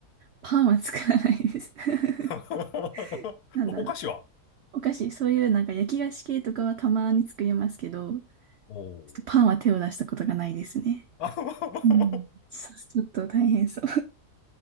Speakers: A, on the right; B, on the left.
A: パンは作らないです。<laughs>
B: <laughs>
A: なんだろう。
B: お菓子は
A: お菓子、そういうなんか焼き菓子系とかはたまに作りますけど、ちょっ
B: おー
A: とパンは手を出したことがないですね。
B: <laughs>
A: うん。さちょっと大変そう。